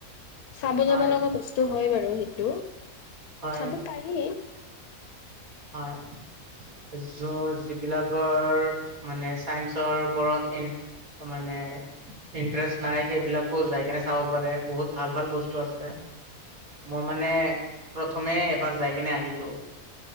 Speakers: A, on the left (about 75°); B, on the right (about 65°).
A: চাব
B: হয়,
A: যাব লগা বস্তু হয় বাৰু সেইটো,
B: হয়,
A: চাব পাৰি।
B: হয়। য যিবিলাকৰ মানে চাইন্সৰ ওপৰত ইমান মানে ইন্টাৰেষ্ট নাই সেইবিলাকো যাই কেনে চাব পাৰে, বহুত ভাল ভাল বস্তু আছে। মই মানে, প্ৰথমে এবাৰ যাই কেনে আহিলো।